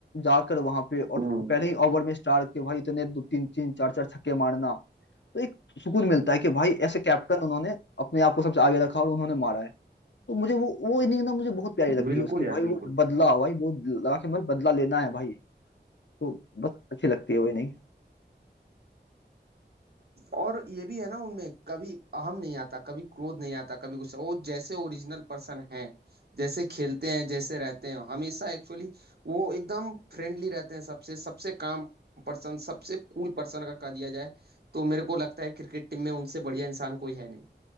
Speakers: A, on the left; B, on the right.
A: जाकर वहां पे और
B: हम्म,
A: पहले ही ओवर में स्टार के भाई इतने दो तीन तीन चार चार छक्के मारना तो एक सुकून मिलता है कि भाई ऐसे कैप्टन उन्होंने अपने आप को सबसे आगे रखा और उन्होंने मारा है तो मुझे वो वो इनिंग ना मुझे बहुत प्यारी लगती
B: बिल्कुल
A: है उसकी
B: यार
A: भाई वो
B: बिल्कुल
A: बदला भाई वो लगा के बस बदला लेना है भाई तो बस अच्छी लगती है वो इनिंग
B: और ये भी है ना उनमें कभी अहम नहीं आता कभी क्रोध नहीं आता कभी गुस्सा वो जैसे ओरिजिनल पर्सन है जैसे खेलते हैं जैसे रहते हैं हमेशा एक्चुअली वो एकदम फ्रेंडली रहते हैं सबसे सबसे काम पर्सन सबसे कूल पर्सन अगर कहा दिया जाए तो मेरे को लगता है क्रिकेट टीम में उनसे बढ़िया इंसान कोई है नहीं